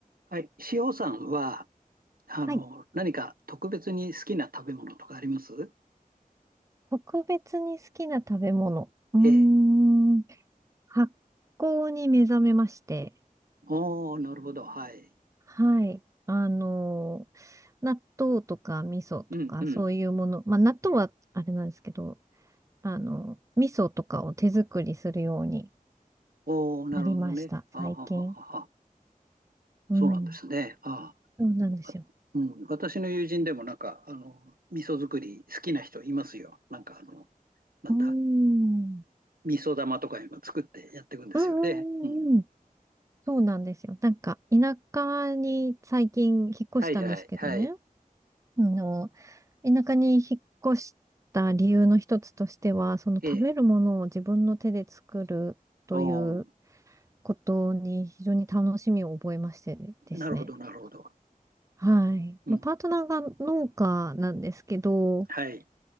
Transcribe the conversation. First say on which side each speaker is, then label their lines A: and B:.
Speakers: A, on the right (about 75°); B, on the right (about 20°).
A: はい。塩さんは、あの、
B: はい。
A: 何か特別に好きな食べ物とかあります
B: 特別に好きな食べ物。うーん。
A: ええ。
B: 発酵に目覚めまして。
A: おー、なるほど。はい。
B: はい。あのー納豆とか味噌とかそういうもの。
A: うんうん。
B: まあ、納豆はあれなんですけど、あの、味噌とかを手作りするように
A: おー、なるほどね。
B: なりました。
A: あはははは。
B: 最近。うん。
A: そうなんですね。あ
B: そうなんですよ。
A: あ。うん。私の友人でもなんか、あの、味噌作り好きな人いますよ。なんかあの、なんだ。
B: うーん。
A: 味噌玉とか今作ってやっていくんですよね。
B: うんう
A: うん。
B: んうんうん。そうなんですよ。なんか、田舎に最近引っ越したんですけどね。
A: はいはいはい。
B: あの田舎に引っ越した理由の一つとしては、その食べるものを自分の手で作るという
A: ええ。おー、
B: ことに非常に楽しみを覚えましてですね。
A: なるほどなるほど。
B: はい。
A: うん。
B: まあ、パートナーが農家なんですけど、
A: はい。